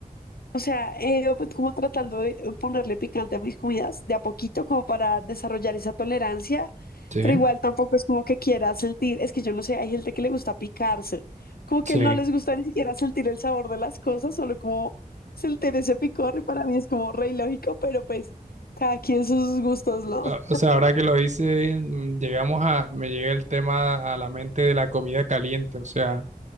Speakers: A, on the left; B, on the right.
A: o sea, eh, pues, como tratando de ponerle picante a mis comidas de a poquito como para desarrollar esa tolerancia,
B: Sí,
A: pero igual tampoco es como que quiera sentir, es que yo no sé, hay gente que le gusta picarse, como
B: sí.
A: que no les gusta ni siquiera sentir el sabor de las cosas, solo como sentir ese picor y para mí es como re ilógico, pero pues cada quien sus gustos, ¿no?
B: Ah, O sea, ahora que lo hice, mm, llegamos a, me llega el tema a la mente de la comida caliente. O sea,